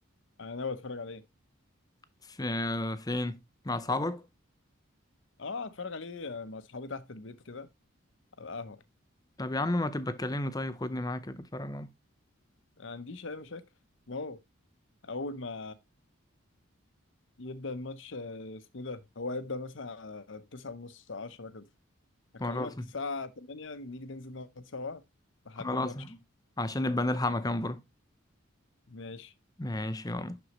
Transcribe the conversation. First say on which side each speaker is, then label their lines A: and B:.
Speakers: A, on the left (about 60°); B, on the left (about 15°).
A: انا ناوي اتفرج عليه
B: في فين مع اصحابك
A: اه اتفرج عليه مع اصحابي تحت البيت كده على القهوة
B: طب يا عم ما تبقى تكلمني طيب خدني معاك كده اتفرج معاك
A: ما عنديش أي مشاكل واو أول ما يبدأ الماتش آه، اسمه إيه ده هو هيبدأ مثلا على تسعة ونص عشرة كده هكلمك
B: خلاص
A: الساعة تمانية نيجي ننزل نقعد سوا لحد
B: خلاص
A: الماتش
B: عشان نبقى نلحق مكان بره
A: ماشي
B: ماشي يلا